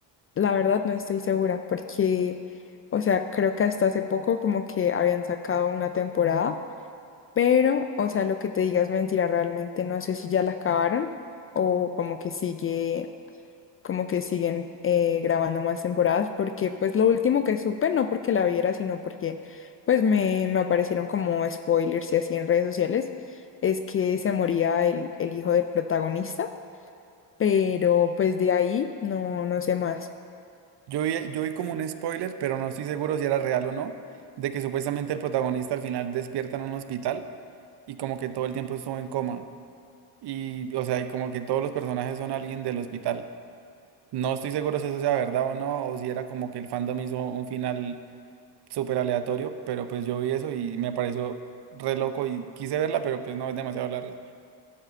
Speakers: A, on the left; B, on the right.
A: La verdad no estoy segura porque, o sea, creo que hasta hace poco como que habían sacado una temporada, pero, o sea, lo que te digas mentira, realmente no sé si ya la acabaron o como que sigue, como que siguen eh, grabando más temporadas porque pues lo último que supe, no porque la viera, sino porque pues me, me aparecieron como spoilers y así en redes sociales, es que se moría el, el hijo del protagonista, pero pues de ahí no, no sé más.
B: Yo vi, yo vi como un spoiler, pero no estoy seguro si era real o no, de que supuestamente el protagonista al final despierta en un hospital y como que todo el tiempo estuvo en coma. Y, o sea, y como que todos los personajes son alguien del hospital. No estoy seguro si eso sea verdad o no, o si era como que el fandom hizo un final súper aleatorio, pero pues yo vi eso y me pareció re loco y quise verla, pero pues no es demasiado larga.